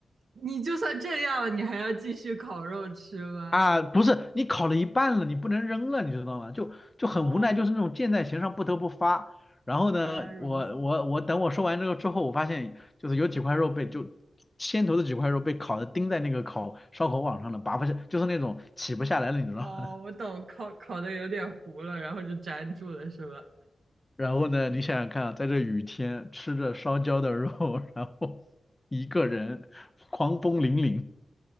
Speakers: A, on the right (about 60°); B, on the left (about 20°).
A: 你就算这样了，你还要继续烤肉吃吗？
B: 啊，不是，你烤了一半了，你不能扔了，你知道吗？就就很无奈，
A: <laughs> 哦，
B: 就是那种箭在弦上不得不发。然后呢，
A: 原来如此。
B: 我我我等我说完这个之后，我发现就是有几块肉被就先头的几块肉被烤的钉在那个烤烧烤网上了，拔不下，就是那种起不下来了，你知道吗？
A: 哦，我懂，烤烤的有点糊了，然后就粘住了，是吧？
B: <laughs> 然后呢，你想想看啊，在这雨天吃着烧焦的肉，然后一个人狂风凛凛。